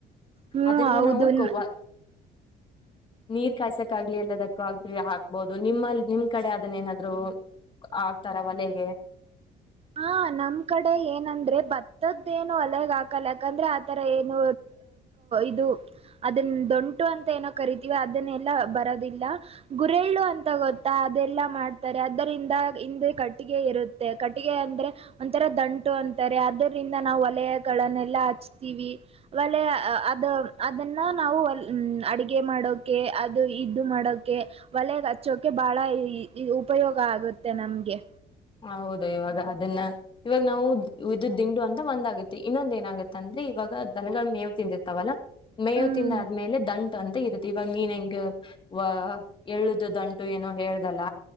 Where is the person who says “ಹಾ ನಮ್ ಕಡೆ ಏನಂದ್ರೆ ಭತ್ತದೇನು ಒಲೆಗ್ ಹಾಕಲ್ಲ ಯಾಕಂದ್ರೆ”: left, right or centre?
Right